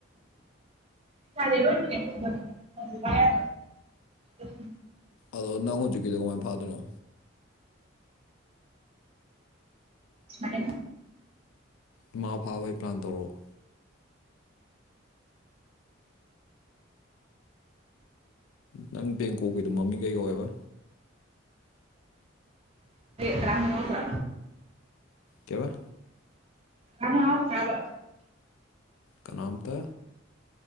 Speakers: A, on the right; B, on the left.
A: ꯁꯗꯦ ꯂꯣꯏꯅꯦꯦ ꯀꯥꯏ ꯎ
B: ꯑꯗꯣ ꯅꯪ ꯍꯧꯖꯤꯛꯀꯤꯗꯣ ꯀꯃꯥꯏꯅ ꯐꯥꯗꯣꯏꯅꯣ
A: ꯃ
B: ꯏꯃꯥ ꯐꯥꯕꯒꯤ ꯄ꯭ꯂꯥꯟ ꯇꯧꯔꯛꯑꯣ ꯅꯪ ꯕꯦꯡꯀꯣꯛꯀꯤꯗꯣ ꯃꯃꯤꯡ ꯀꯩ ꯀꯧꯋꯦꯕ
A: ꯇꯔꯃꯅꯠꯇ꯭ꯔ
B: ꯀꯌꯥ
A: ꯑꯃꯥꯎ ꯇꯕ
B: ꯀꯅꯥꯝꯇꯥ